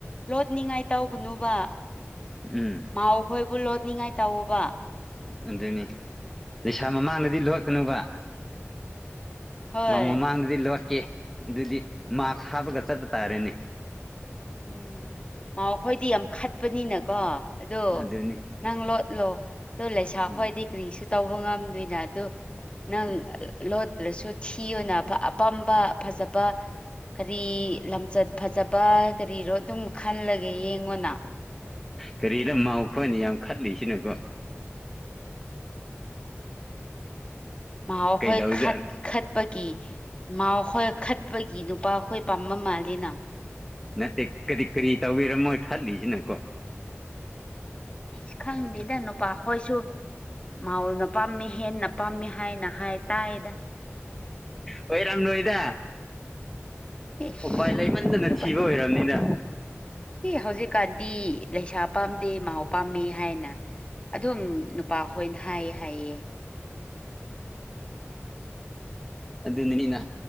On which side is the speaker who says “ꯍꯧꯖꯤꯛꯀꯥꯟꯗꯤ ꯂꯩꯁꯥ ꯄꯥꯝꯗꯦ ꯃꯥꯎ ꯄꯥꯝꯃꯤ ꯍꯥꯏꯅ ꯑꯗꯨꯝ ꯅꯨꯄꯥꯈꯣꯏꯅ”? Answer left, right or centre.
Left